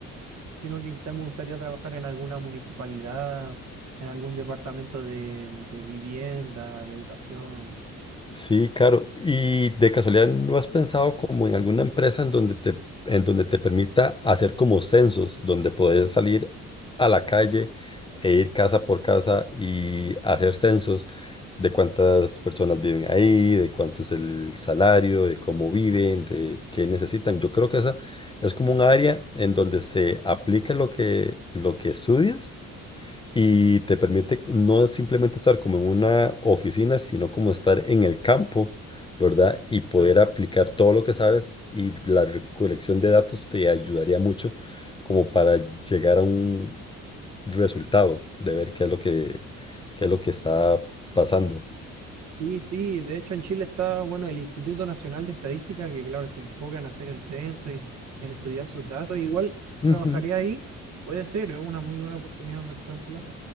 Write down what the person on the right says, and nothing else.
sino que quizás me gustaría trabajar en alguna municipalidad, en algún departamento de, de vivienda, de educación.
Claro.
Y sí, de hecho en Chile está, bueno, el Instituto Nacional de Estadística, que claro, se enfoca en hacer el censo y en estudiar sus datos. Igual
trabajaría ahí, puede ser, es una muy buena oportunidad, por ejemplo.